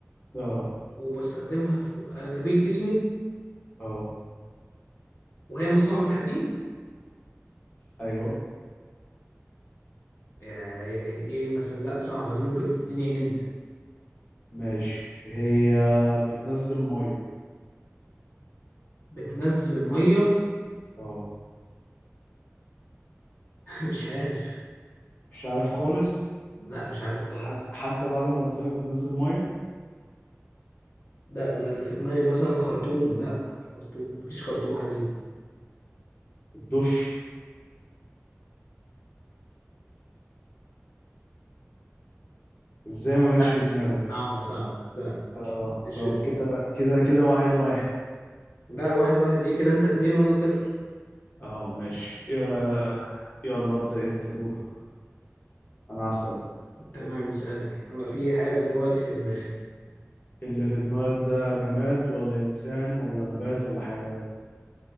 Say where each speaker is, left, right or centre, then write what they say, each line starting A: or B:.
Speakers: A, on the left; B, on the left.
A: اه
B: وبستخدمها في أغلبية جسمي
A: اه
B: وهي مصنوعة من الحديد
A: ايوه
B: يا إيه إيه مثلا لأ صعبة دي ممكن تديني هنت
A: ماشي هي بتنزل ميه
B: بتنزل مية
A: اه
B: <laughs> مش عارف
A: مش عارف خالص
B: لأ مش عارف خالص
A: حتى حتى بعد ما قلت لك بتنزل ميه
B: ده أنا اللي في دماغي مثلا خرطوم لأ مش خرطوم مفيش خرطوم حديد
A: الدش ازاي ما جاتش
B: لا
A: في
B: دي س-
A: دماغك
B: صعبة صعبة لأ
A: اه
B: مش
A: طب
B: في-
A: كده كده كده واحد واحد
B: لأ واحد واحد إيه كده أنت اتنين وأنا صفر
A: اه ماشي يا- يلا ابدأ انت دورك انا هسألك
B: تمام اسألني أنا في حاجة دلوقتي في دماغي
A: اللي في دماغك ده جماد ولا انسان ولا نبات ولا حيوان